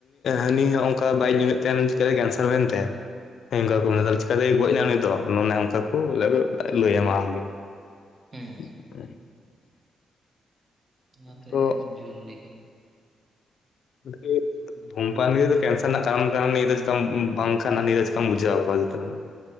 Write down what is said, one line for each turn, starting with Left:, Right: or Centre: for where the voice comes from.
Left: ᱦᱟᱹᱱᱤ ᱦᱚᱝᱠᱟ ᱵᱟᱭ ᱧᱩᱸᱭᱮᱫ ᱛᱟᱦᱮᱫ ᱪᱤᱠᱟᱹᱛᱮ ᱠᱮᱱᱥᱟᱨ ‌ᱦᱩᱭ ᱮᱱ ᱛᱟᱭᱟ ᱦᱳᱭ ᱚᱱᱠᱟ ᱠᱚ
Right: ᱦᱩᱸ
Left: <unintelligible> ᱪᱮᱠᱟ ᱛᱮᱭ ᱜᱚᱡ ᱮᱱᱟ ᱩᱱᱤ ᱫᱚ ᱚᱱᱮ ᱚᱱᱠᱟ ᱠᱚ ᱞᱟᱹᱭ ᱟᱢᱟ ᱟᱢ ᱜᱮ <inaudible>
Right: ᱦᱩᱸ ᱚᱱᱟᱚᱛ
Left: ᱟᱫᱚ
Right: ᱡᱩᱱ ᱵᱤᱠ ᱾
Left: ᱟᱱᱰᱠᱟᱹᱛ ᱾ ᱵᱩᱢᱯᱟᱱ ᱫᱚ ᱠᱮᱱᱥᱟᱨ ᱨᱮᱱᱟᱜ ᱠᱟᱨᱚᱱ ᱱᱤᱭᱟᱹ ᱫᱚ ᱪᱠᱟᱢ ᱵᱟᱝ ᱠᱟᱱᱟ ᱱᱤᱭᱟᱹ ᱫᱚ ᱪᱠᱟᱢ ᱵᱩᱡᱟᱹᱣ ᱟᱠᱚᱣᱟ ᱡᱮᱛ ᱦᱚᱲ ᱾